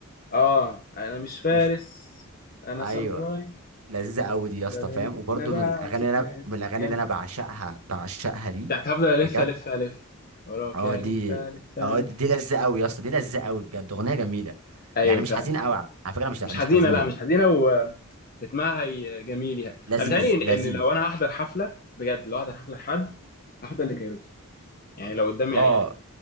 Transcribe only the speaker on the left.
اه انا مش فارس
انا
ساموراي
بعدين
انا بقى
زفنا
جامد
بتاعت هفضل الف
الف الف وراك
يا
الف الف الف
ايوه
فعلا
مش حزينه
لا
مش حزينه ورتمها هي جميل يعني
انا بيتهيألي ان
إن لو انا هحضر حفله بجد لو هحضر حفله لحد هحضر لكايروكي يعني لو قدامي
أي...